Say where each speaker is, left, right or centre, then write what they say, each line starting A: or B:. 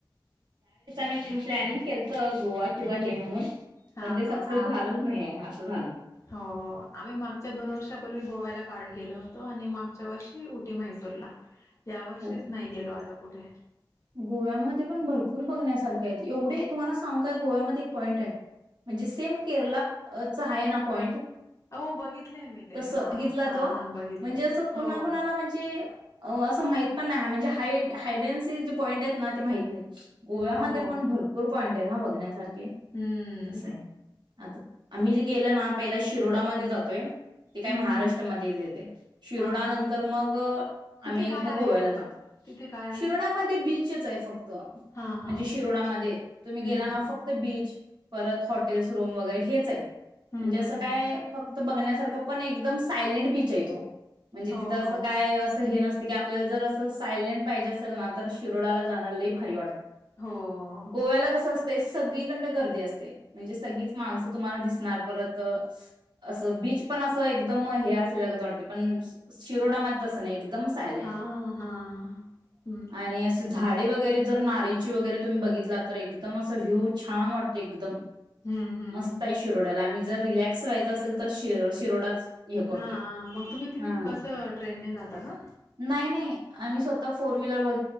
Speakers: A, on the right; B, on the left.
A: मी प्लॅनिंग केलत गोवा किंवा हे म्हणून.
B: हा
A: पण ते सक्सेस
B: हा
A: झालंच नाही आहे. असं झालं.
B: हो आम्ही मागच्या दोन वर्षापूर्वी गोव्याला. काळ गेलो होतो. आणि मागच्या वर्षी उटी म्हैसूरला. या वर्षीच
A: हो
B: नाही गेलो आता. कुट हाय.
A: गोव्यामध्ये पण भरपूर बघण्यासारखे आहेत. एवढे तुम्हाला सांगू काय गोव्यामध्ये एक पॉइंट आहे म्हणजे सेम केरळा च आहे ना पॉइंट
B: हो बघितलंय मी ते
A: तस
B: हा
A: बघितला
B: हा
A: तो
B: हा बघितलंय
A: म्हणजे असं कुणा
B: हो
A: कुणाला म्हणजे असं माहित पण नाही म्हणजे हाईड हाईडन्सी पॉईंट आहेत ना ते माहीत नाही गोव्यामध्ये
B: हो
A: पण भरपूर पॉइंट आहेत हा बघण्यासारखे
B: हम्म
A: असं आहे आता आम्ही जे गेलो ना पहिला शिरोडामध्ये जातोय ते काय
B: हम्म
A: महाराष्ट्रामध्ये
B: हम्म
A: येते शिरोडा
B: हा हा
A: नंतर मग आम्ही
B: तिथे काय
A: मग गोव्याला
B: आहे
A: जातो.
B: तिथे काय आहे
A: शिरोडामध्ये बीचच आहे फक्त म्हणजे
B: हा हा
A: शिरोडामध्ये
B: हम्म
A: तुम्ही गेला ना
B: हम्म
A: फक्त बीच परत हॉटेल्स रूम वगैरे हेच आहेत.
B: हम्म
A: म्हणजे असं
B: हम्म
A: काय
B: हम्म
A: फक्त बघण्यासारखं पण एकदम सायलेंट बीच आहे तो म्हणजे
B: हो
A: तिथं
B: हो
A: असं काय असं हे नस की आपल्याला जर असं सायलेट पाहिजे असेल ना, तर शिरोडाला जाणार लई भारी वाटत.
B: हो
A: गोव्याला कस अस ते सगळीकडनं गर्दी असते म्हणजे सगळीच माणसं तुम्हाला दिसणार परत असं बीच पण असं एकदम हे असल्यागत वाटते पण शिरोडामध्ये तसं नाही. एकदम सायलेंट
B: हा हा हा हम्म.
A: आणि झाडे वगैरे जर नारळीची वगैरे तुम्ही बघितलात तर एकदम असं व्ह्यू छान वाटतं एकदम.
B: हम्म हम्म.
A: मस्त आहे शिरोड्याला आम्ही जर रिलॅक्स व्हायच असेल तर शी शिरोडाच हे करतोय
B: हा हा हा मग तुम्ही तिथून
A: हा
B: कसं ट्रेनने जाता का?
A: नाही नाही आम्ही स्वतःफोर व्हीलर वर